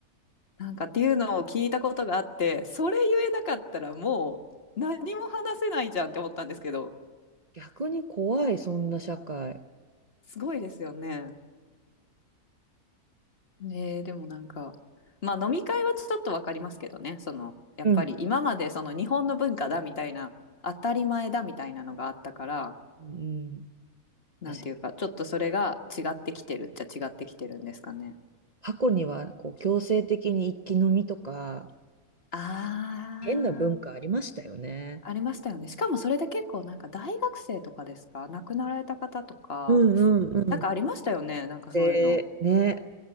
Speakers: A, on the left (about 40°); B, on the right (about 35°).
A: なんかっていうのを聞いたことがあって、それ言えなかったらもう何も話せないじゃんって思ったんですけど、
B: 逆に怖い、そんな社会。
A: すごいですよね。ねえ、でもなんか、まあ飲み会はちょっとわかりますけどね、その、やっぱり今までその日本の文化だみたいな、
B: うん。
A: 当たり前だみたいなのがあったから、
B: うん、
A: なんていうか、
B: 確かに。
A: ちょっとそれが違ってきてるっちゃ違ってきてるんですかね。
B: 過去には、こう、強制的に一気飲みとか、
A: あ
B: 変な文化ありましたよね。
A: あ、ありましたよね。しかもそれで結構なんか大学生とかですか、亡くなられた方とか、
B: うんうんうん。
A: なんかありましたよね、なんかそういうの。
B: で、ね。